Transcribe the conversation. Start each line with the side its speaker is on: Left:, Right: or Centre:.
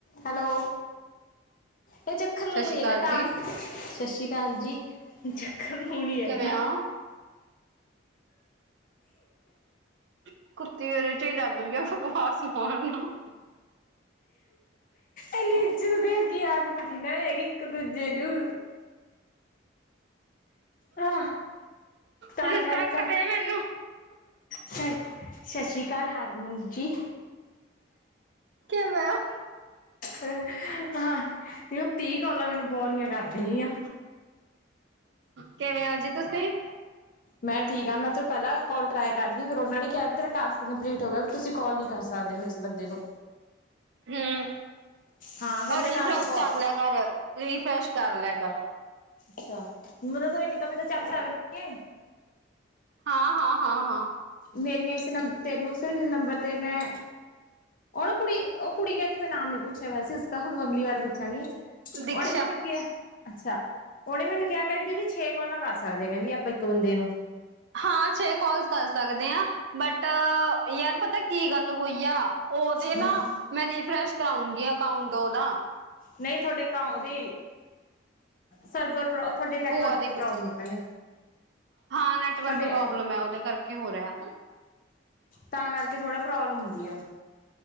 Left: Hello. ਇਹ ਚੱਖਣ
Right: ਸਤਿ
Left: ਨੂੰ
Right: ਸ਼੍ਰੀ
Left: ਨੀ
Right: ਅਕਾਲ
Left: ਹੈਗਾ ਟਾਸ।
Right: ਜੀ।
Left: ਸਤਿ ਸ਼੍ਰੀ ਆਂ ਕਾਲ ਜੀ, ਚੱਕਣ ਨੂਨੀ ਹੈਗਾ।
Right: ਕਿਵੇਂ ਹੋ?
Left: <inaudible>
Right: <unintelligible> ਏਦੇ ਚ ਈ ਲੱਗ ਰਹੀ ਏ ਬਕਵਾਸ ਪਾਣ ਨੂੰ <inaudible>
Left: ਏਨੀ ਇਜ਼ਤ ਦੇਣ ਦੀ ਆਦਤ ਨੀ ਨਾ ਹੈਗੀ ਇੱਕ ਦੂਜੇ ਨੂੰ ਆ ਤਾਂ
Right: ਰਿਸਪੈਕਟ
Left: ਕਰਕਾ
Right: ਦੇ ਮੈਨੂੰ।
Left: ਸ ਸਸ਼ੀ ਕਾਲ ਹਾਰਮੋਨ ਜੀ
Right: ਕਿਵੇਂ ਹੋ
Left: ਅ ਹਾਂ ਉਹ ਤੀ ਹ ਕੋਲਾਂ ਮੈਨੂੰ ਬੋਰੀਆਂ ਕਰਦੀ ਹੀ ਆ
Right: ਕਿਵੇਂ ਹੋ ਜੀ ਤੁਸੀਂ?
Left: ਮੈਂ ਠੀਕ ਆ ਮੈਂ ਤੂੰ ਪਹਿਲਾਂ ਕੋਲ ਟਰਾਈ ਕਰਦੀ ਫਿਰ ਉਹਨਾ ਨੇ ਕਿਹਾ ਵੀ ਤੇਰਾ ਟਾਸ ਕੰਪਲੀਟ ਹੋ ਗਿਆ ਵੀ ਤੁਸੀਂ ਕਾਲ ਨੀ ਕਰ ਸਕਦੇ ਹੁਣ ਇਸ ਬੰਦੇ ਨੂੰ
Right: ਹਮ
Left: ਹਾਂ ਫਿਰ
Right: ਔਰ
Left: ਮੈਂ
Right: ਰੀਫਰੈਸ਼
Left: ਤਾਂ ਤੈਨੂੰ ਕਾਲ
Right: ਕਰ ਲੈ ਪਰ ਰੀਫਰੈਸ਼ ਕਰ ਲਿਆ ਕਰ
Left: ਅੱਛ ਮਤਲਬ ਤ ਇੰਨੀ ਕਮੀ ਤਾਂ ਚੱਕ ਸਕਦੀ
Right: ਹਾਂ, ਹਾਂ, ਹਾਂ, ਹਾਂ।
Left: ਮੇਰੀਆਂ ਇਸ ਨੰਬਰ ਤੇੈਨੂੰ ਸਿਰਫ਼ ਇਸ ਨੰਬਰ ਤੇ ਮੈਂ ਉ ਨਾ ਕੁੜੀ ਔ ਕੁੜੀ ਕਹਿੰਦੀ ਮੈਂਰਾ ਨਾਮ ਨੀ ਪੁੱਛਿਆ ਵਇਆ ਸੀ, ਉਸਕਾ ਹੁਣ ਅਗਲੀ ਵਾਰ ਪੁੱਛਾਂਗੀ
Right: ਦੀਕਸ਼ਾ
Left: ਉਹਨੇ ਮੈਨੂੰ ਕਿਹਾ। ਅੱਛਾ, ਉਨੇ ਮੈਨੂੰ ਕਿਹਾ ਕ ਦੀਦੀ ਛੇ ਕੋੌਲਾ ਕਰ ਸਕਦੇ ਹੇਗਾ ਕੇਂਦੀ ਆਪਾਂ ਇੱਕ ਬੰਦੇ ਨੂੰ।
Right: ਹਾਂ ਛੇ ਕੋਾਲਸ ਕਰ ਸਕਦੇ ਹਾਂ ਬਟ ਯਾਰ ਪਤਾ ਕੀ ਗੱਲ ਹੋਈ ਆ ਉਹਦੇ ਨਾ
Left: ਹੂੰ।
Right: ਮੈਂ ਰੀਫਰੈਸ਼ ਕਰਾਉਂਗੀ ਅਕਾਊਂਟ ਉਦਾ
Left: ਨਈ ਤੋਂਥੋ ਡੇ ਅਕਾ ਉਦੇ ਸਰਬਰ ਪ੍ਰੋ ਤੁਹਾਡੇ ਨੈਟਵਰਕ
Right: ਭੂਆ ਦੀ ਕੁੜੀ
Left: ਪ੍ਰੋਬਲਮ ਆ ਭੈਣੇ।
Right: ਹਾਂ ਨੈਟਵਰਕ
Left: ਤੁਹਾਡੇ
Right: ਪ੍ਰੋਬਲਮ ਏ ਉਦੇ ਕਰਕੇ ਹੋ ਰਿਹਾ
Left: ਤਾਂ ਕਰਕੇ ਥੋੜਾ ਪ੍ਰੋਬਲਮ ਹੁੰਦੀ ਆ